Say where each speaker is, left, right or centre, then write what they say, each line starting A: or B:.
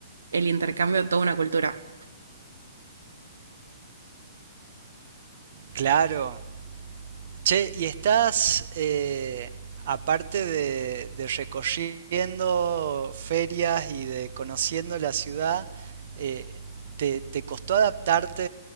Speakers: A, on the right (about 80°); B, on the right (about 55°).
A: el intercambio de toda una cultura.
B: Claro. Che, ¿y estás, eh, aparte de, de recorriendo ferias y de conociendo la ciudad, eh, ¿te, te costó adaptarte